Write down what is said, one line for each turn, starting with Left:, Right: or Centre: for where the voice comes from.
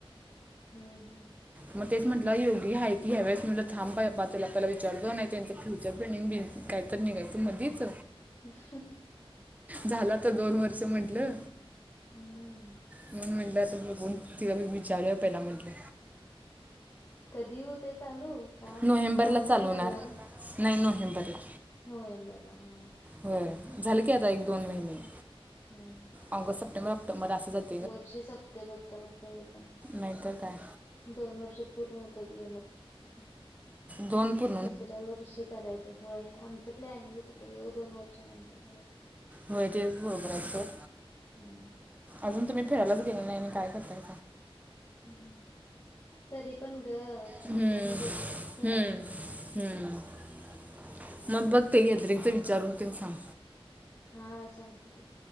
Left: हम्म हम्म
Right: मग तेच म्हटलंय योगी आहे की ह्यावेळेस म्हणलं थांब पा त्याला आपहिला विचारत नाही त्यांच फ्युचर प्लनिंग बि काय तर निघायचं मधीच
Left: हम्म
Right: झालं आता दोन वर्ष म्हटलं
Left: हम्म.
Right: म्हणून म्हटलं आता बघून तिला विचारूया पहिला म्हटलं
Left: कधी होत चालू ता
Right: नोव्हेंबरला
Left: ऑक्टोबरला
Right: चालू होणार
Left: ना
Right: नाही नोवहेंबरला
Left: नोव्हेंबरला हा
Right: होय झालं की आता एक दोन महिने
Left: हम्म
Right: ऑगस्ट सप्टेंबर ऑटोबर अस झालं
Left: वर्षे सपते बघता बघता हे पण
Right: नाहीतर काय
Left: दोन वर्ष पूर्ण होत्या गे मग
Right: दोनपू
Left: तिसऱ्या वर्षी कराय होय आमचं प्लॅनिंगच होतं दोन वर्षानंतर
Right: हो तेच बरोबर हाय सोड
Left: हम्म.
Right: अजून तुम्ही फिरायलाच गेल नाही आणि काय करताय
Left: हम्म तरी पण ग
Right: हम्म,
Left: असं म्हणजे ठरवलंस
Right: हम्म, हम्म मग बघ ते गॅदरिंगच विचारून ते सांग
Left: हा सांगतो ते